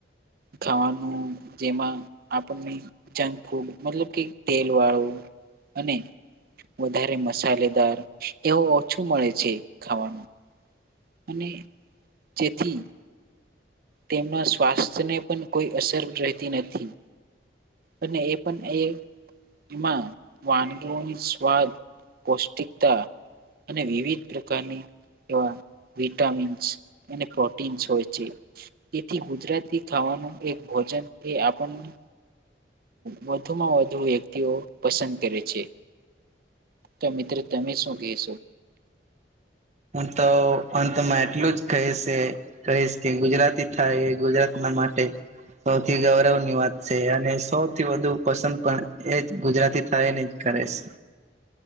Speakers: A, on the right (about 55°); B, on the right (about 40°).
A: ખાવાનું જેમાં આપણને જંક ફૂડ મતલબ કે તેલ વાળું અને વધારે મસાલેદાર એવું ઓછું મળે છે ખાવામાં. અને જેથી તેમના સ્વાસ્થ્યને પણ કોઈ અસર રહેતી નથી. અને એ પણ એ એમાં વાનગીઓની સ્વાદ, પૌષ્ટિકતા અને વિવિધ પ્રકારની એવા વિટામિન્સ એને પ્રોટીન્સ હોય છે. તેથી ગુજરાતી ખાવાનું એક ભોજન એ આપણન વધુમાં વધુ વ્યક્તિઓ પસંદ કરે છે. તો મિત્રો તમે શું કહેશો?
B: હું તો અંતમાં એટલું જ કહીશે કહીશ કે ગુજરાતી થાય ગુજરાતમાં માટે સૌથી ગૌરવ ની વાત છે અને સૌથી વધુ પસંદ પણ એજ ગુજરાતી થાય ને કરેશ.